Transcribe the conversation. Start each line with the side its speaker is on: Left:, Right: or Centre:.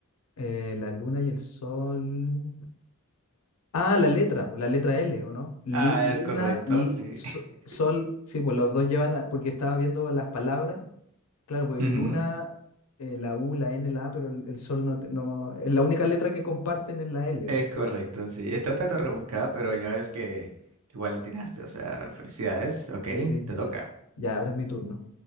Left: Eh, la luna y el sol, Ah, la letra, pues la letra L, ¿o no? Lu-
Right: Ah,
Left: luna
Right: es correcto,
Left: y
Right: sí.
Left: so-
Right: <laughs>
Left: sol, sí, pues los dos llevan, a- porque estaba viendo las palabras, claro, pues
Right: Ujú.
Left: luna, eh, la U, la N, la A, pero el, el sol no, te- no, es la única letra que comparten es la L.
Right: Es correcto, sí. Está un tanto rebuscada, pero ya ves que igual le tiraste, o sea, felicidades, ok,
Left: Y sí,
Right: te toca.
Left: ya, ahora es mi turno.